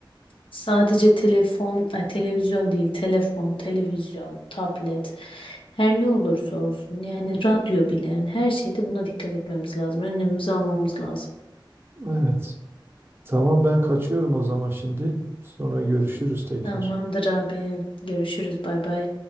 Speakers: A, on the left; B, on the right.
A: sadece telefon, ay, televizyon değil telefon, televizyon, tablet her ne olursa olsun yani radyo bile yani her şeyde buna dikkat etmemiz lazım. Önlemimizi almamız lazım.
B: Evet. Tamam ben kaçıyorum o zaman şimdi. Sonra görüşürüz tekrar.
A: Tamamdır abi görüşürüz bay bay.